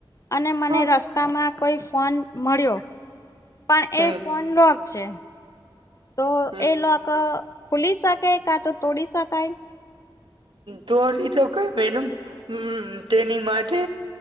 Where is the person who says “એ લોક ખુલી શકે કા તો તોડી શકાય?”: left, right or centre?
Left